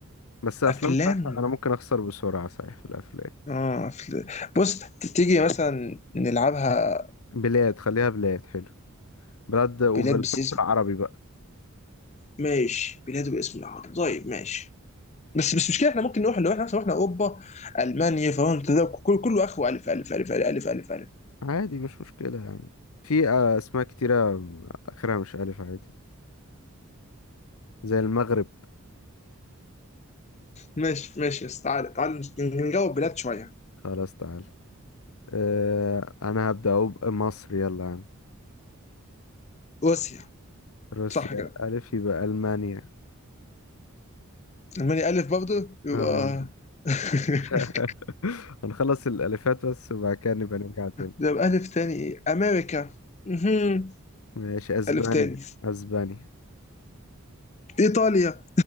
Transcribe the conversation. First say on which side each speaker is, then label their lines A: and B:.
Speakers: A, on the left; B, on the left.
A: بس افلام
B: افلام
A: صح انا ممكن اخسر بسرعة صحيح في الافلام
B: اه أفلام. بص ت- تيجي مثلا نلعبها
A: بلاد خليها بلاد حلو بلاد وبالحروف
B: بلاد بس
A: العربي بقى
B: ماشي بلاد باسم العرب طيب ماشي بس بس مش كده احنا ممكن نروح لو احنا مثلا رحنا اوروبا المانيا فرنسا ده كل كله اخره الف الف الف الف الف الف, ألف.
A: عادي مش مشكلة يعني في آه، اسماء كتيرة اخرها مش الف عادي زي المغرب
B: ماشي ماشي بس تعالى تعالى نجاوب بلاد شويه
A: <laughs> خلاص تعالى آه انا هبدأ اهو بمصر يلا يا عم
B: روسيا
A: روسيا
B: صح كده
A: الف يبقى المانيا
B: المانيا الف برضه يبقى
A: اه
B: <laughs>
A: <laughs> هنخلص الالفات بس وبعد كده نبقى نرجع تاني
B: ده يبقى الف تاني ايه امريكا مهم.
A: ماشي اسبانيا
B: الف تاني
A: اسبانيا
B: ايطاليا